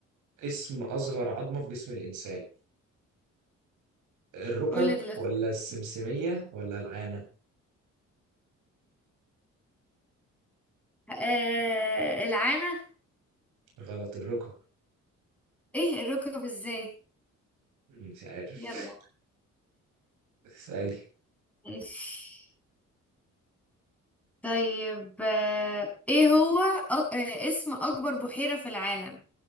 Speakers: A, on the right; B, in the centre.
A: اسم أصغر عظمة في جسم الإنسان؟ الركب
B: قول اللي
A: ولا
B: اخت-
A: السمسمية ولا العانة؟
B: آه، العانة
A: غلط الركب
B: ايه الركب ازاي
A: مش عارف
B: يلا
A: <laughs> اسألي
B: ماشي طيب آه، ايه هو أ- آه، اسم اكبر بحيرة في العالم